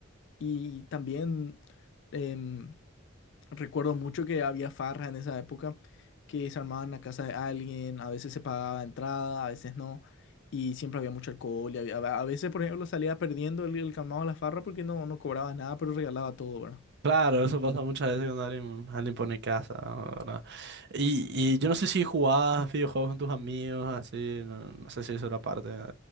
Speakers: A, on the left; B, on the right.
A: Y también em, Recuerdo mucho que había farras en esa época que se armaban en la casa de alguien, a veces se pagaba entrada, a veces no, y siempre había mucho alcohol. Y había- a a veces, por ejemplo, salía perdiendo el, el calmado de la farra porque no, no cobraba nada, pero regalaba todo, ¿verdad?
B: Claro, eso pasa muchas veces cuando alguien, alguien pone casa, ¿verdad? Y, y yo no sé si jugabas videojuegos con tus amigos, así, no, no sé si eso era parte de,